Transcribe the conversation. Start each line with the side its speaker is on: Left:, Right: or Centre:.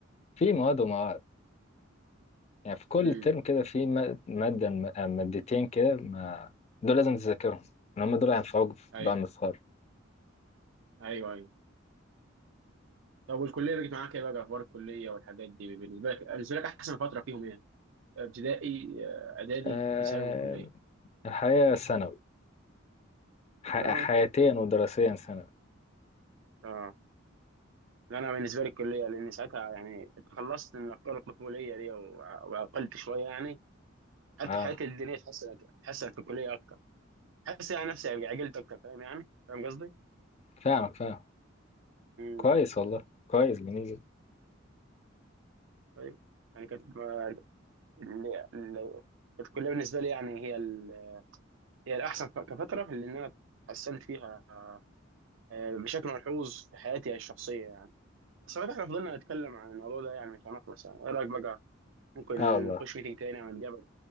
Left: في مواد ومواد يعني في كل
Right: امم
Left: ترم كده في م- مادة م- آه، مادتين كده ما دول لازم تذاكرهم لأن هم دول هينفعوك في-
Right: ايوه
Left: بقى لما تتخرج
Right: ايوه ايوه طب والكليه بقت معاك ايه بقى اخبار الكليه والحاجات دي بالنسبه لك بالنسبه لك احسن فتره فيهم ايه؟ ابتدائي آه، اعدادي
Left: آه،
Right: ثانوي كليه
Left: الحياة ثانوي ح-
Right: ثانوي
Left: حياتيا ودراسيا ثانوي
Right: اه لا انا بالنسبه لي الكليه لان ساعتها يعني تخلصت من افكار الطفوليه دي و- وعقلت شويه يعني حتى
Left: اه
Right: حياتي الدينيه اتحسنت اتحسنت في الكليه اكتر حاسس يعني نفسي عقلت اكتر فاهم يعني فاهم قصدي؟
Left: فاهمك فاهم
Right: امم
Left: كويس والله كويس جميل جدا.
Right: ايوه يعني كانت ما- ال- ال- كانت كلها بالنسبه لي يعني هي ال... هي الاحسن ف- كفتره لان انا اتحسنت فيها آه، بشكل ملحوظ في حياتي الشخصيه يعني بس لو احنا فضلنا نتكلم عن الموضوع ده يعني مش هنخلص يعني ايه رايك بقى ممكن
Left: اه والله
Right: نخش ميتنج تاني عن الجبل